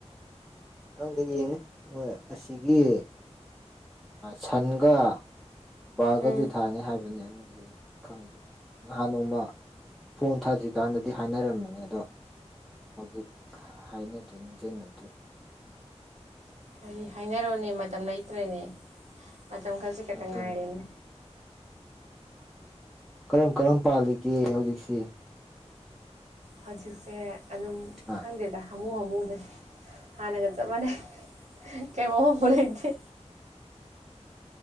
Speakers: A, in the centre; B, on the right.
A: ꯈꯤꯪꯗ ꯌꯦꯡꯅꯤ ꯍꯣꯏ ꯑꯁꯤꯒꯤ ꯁꯟꯒ ꯕꯥꯒꯁꯨ
B: ꯎꯝ
A: ꯊꯥꯅꯤ ꯍꯥꯏꯕꯅꯤ ꯑꯅꯤꯁꯤꯗ ꯈꯪꯗꯦ ꯅꯍꯥꯟ ꯅꯣꯡꯃ ꯐꯣꯟ ꯊꯥꯗ꯭ꯔꯤꯀꯥꯟꯗꯗꯤ ꯍꯥꯏꯅꯔꯝꯕꯅꯤ ꯑꯗꯣ ꯍꯧꯖꯤꯛ ꯍꯥꯏꯅꯗ꯭ꯔꯤ ꯅꯤꯡ ꯆꯦꯡꯅꯗ꯭ꯔꯤ
B: ꯑꯩ ꯍꯥꯏꯅꯔꯣꯅꯦ ꯃꯇꯝ ꯂꯩꯇ꯭ꯔꯦꯅꯦ ꯃꯇꯝ ꯈꯔꯁꯤꯦ ꯈꯛꯇ
A: ꯃꯇꯝ
B: ꯉꯥꯏꯔꯦꯅꯦ
A: ꯀꯔꯝ ꯀꯔꯝ ꯄꯥꯜꯂꯤꯒꯦ ꯍꯧꯖꯤꯛꯁꯤ
B: ꯍꯧꯖꯤꯛꯁꯦ ꯑꯗꯨꯝ
A: ꯑ
B: ꯈꯪꯗꯦꯗ ꯍꯥꯃꯨ ꯍꯥꯃꯨꯗ ꯍꯥꯟꯅꯒ ꯆꯞ ꯃꯥꯟꯅꯩ ꯀꯃꯣ ꯃ ꯂꯩꯦ